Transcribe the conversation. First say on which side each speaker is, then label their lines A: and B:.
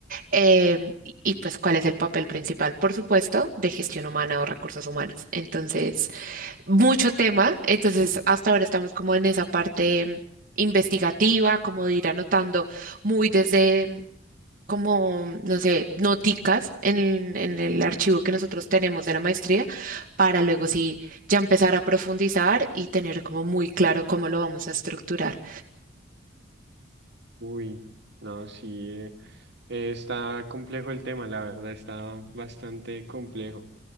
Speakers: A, on the right; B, on the right.
A: Em, y y, pues cuál es el papel principal, por supuesto, de gestión humana o recursos humanos. Entonces, mucho tema, entonces hasta ahora estamos como en esa parte mm, investigativa, como de ir anotando muy desde mm, como, no sé, noticas en, en el archivo que nosotros tenemos de la maestría, para luego sí ya empezar a profundizar y tener como muy claro cómo lo vamos a estructurar.
B: Uy, no, sí, eh, está complejo el tema, la verdad, está bastante complejo.